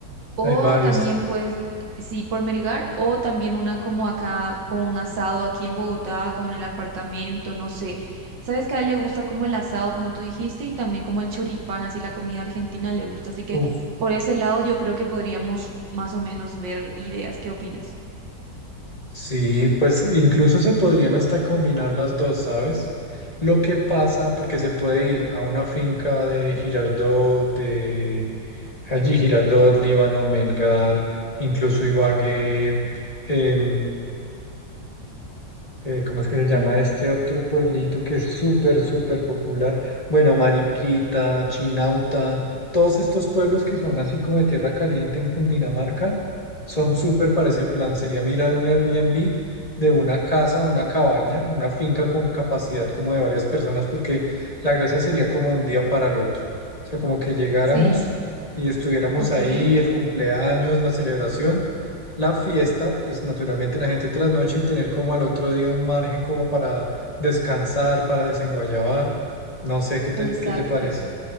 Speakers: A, on the right (about 85°); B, on the left (about 25°).
A: O
B: hay varios,
A: también
B: sí.
A: puedes, sí, por Melgar, o también una como acá, como un asado aquí en Bogotá, como en el apartamento, no sé. Sabes que a él le gusta como el asado, como tú dijiste, y también como el choripán, así la comida argentina le gusta. Así que
B: Uf,
A: por ese lado yo creo que podríamos más o menos ver ideas. ¿Qué opinas?
B: Sí, pues incluso se podrían hasta combinar las dos, ¿sabes? Lo que pasa, porque se puede ir a una finca de Girardot, de allí Girardot, Líbano, Melgar, incluso Ibagué, em, eh, ¿cómo es que se llama
A: Melgar.
B: este otro pueblito que es súper, súper popular? Bueno, Mariquita, Chinauta, todos estos pueblos que son así como de tierra caliente en Cundinamarca, son súper para ese plan. Sería mirar un Airbnb de una casa, una cabaña, una finca con capacidad como de varias personas, porque la gracia sería como de un día para el otro. O sea, como que llegáramos
A: Sí,
B: y estuviéramos
A: ok,
B: ahí, el cumpleaños, la celebración la fiesta, pues naturalmente la gente trasnoche y tener como al otro día un margen como para descansar, para desenguayabar. No sé qué te,
A: exacto.
B: qué te parece,